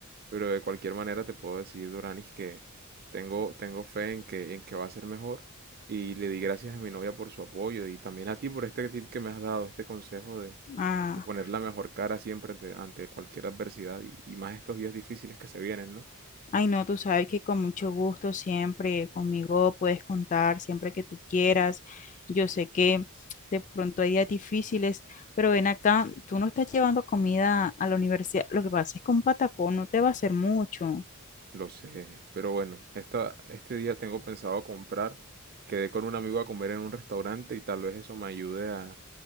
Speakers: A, on the right (about 45°); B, on the left (about 35°).
A: Pero de cualquier manera te puedo decir, Doranis, que tengo, tengo fe en que, en que va a ser mejor y le di gracias a mi novia por su apoyo y también a ti por este tip que me has dado, este consejo de
B: Ah,
A: y poner la mejor cara siempre ante, ante cualquier adversidad y, y más estos días difíciles que se vienen, ¿no?
B: ay, no, tú sabes que con mucho gusto siempre conmigo puedes contar siempre que tú quieras. Yo sé que de pronto hay días difíciles, pero ven acá, tú no estás llevando comida a la universidad. Lo que pasa es que un patacón no te va a hacer mucho.
A: Lo sé, pero bueno, esta, este día tengo pensado comprar, quedé con un amigo a comer en un restaurante y tal vez eso me ayude a,